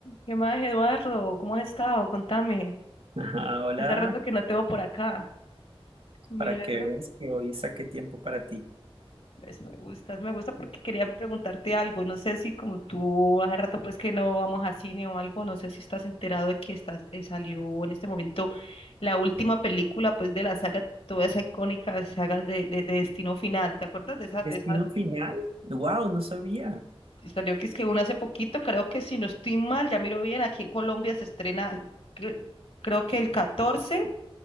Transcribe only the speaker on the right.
Ah, hola,
para que veas que hoy saqué tiempo para ti.
¿Destino
final? Wow, no sabía.